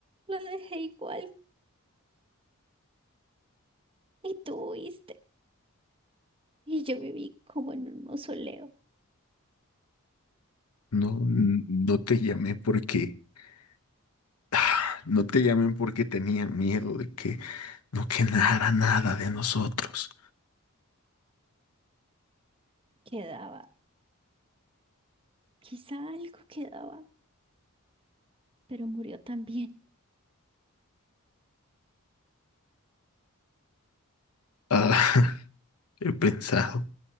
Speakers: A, on the right (about 25°); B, on the left (about 85°).
A: La dejé igual y tú huiste. Y yo viví como en un mausoleo.
B: No, no te llamé porque, <sighs> ah, no te llamé porque tenía miedo de que no quedara nada de nosotros.
A: Quedaba, quizá algo quedaba, pero murió también.
B: Ah, <laughs> he pensado,